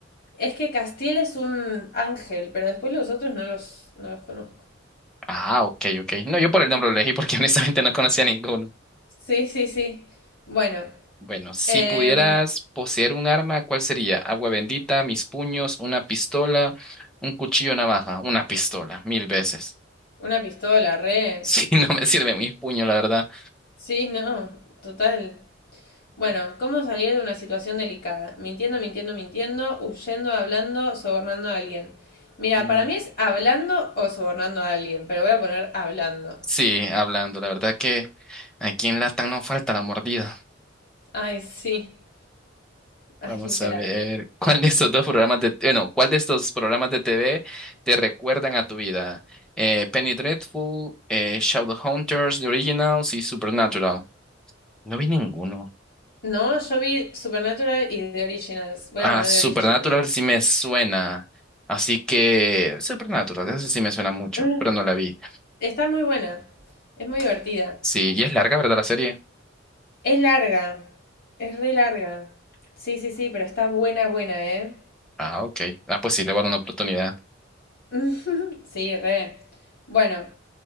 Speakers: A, on the left; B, in the centre.
A: Es que Castiel es un ángel, pero después los otros no los, no los conozco.
B: Ah, ok, ok. No, yo por el nombre lo elegí porque <laughs> honestamente no conocía ninguno.
A: Sí, sí, sí. Bueno,
B: Bueno, si
A: em,
B: pudieras poseer un arma, ¿cuál sería? Agua bendita, mis puños, una pistola, un cuchillo, navaja, una pistola, mil veces.
A: una pistola, re.
B: Sí, <laughs> no me sirve mi puño, la verdad.
A: Sí, no, total. Bueno, ¿cómo salir de una situación delicada? Mintiendo, mintiendo, mintiendo, huyendo, hablando, sobornando a alguien. Mira,
B: Mm.
A: para mí es hablando o sobornando a alguien, pero voy a poner hablando.
B: Sí, hablando, la verdad que aquí en Latam no falta la mordida.
A: Ay, sí. Ay,
B: Vamos a
A: literal.
B: ver, <laughs> ¿cuál de estos dos programas de, bueno, cuál de estos programas de TV te recuerdan a tu vida? Eh, Penny Dreadful, eh, Shadowhunters, The Originals y Supernatural. No vi ninguno.
A: No, yo vi Supernatural y The Originals. Voy
B: Ah,
A: a poner
B: Supernatural
A: The Original.
B: sí me suena. Así que Supernatural, esa sí me suena mucho,
A: Ah.
B: pero no la vi.
A: Está muy buena. Es muy divertida.
B: Sí, y es larga, ¿verdad, la serie?
A: Es larga. Es re larga. Sí, sí, sí, pero está buena, buena, ¿eh?
B: Ah, ok. Ah, pues sí, le voy a dar una oportunidad.
A: <laughs> Sí, re. Bueno.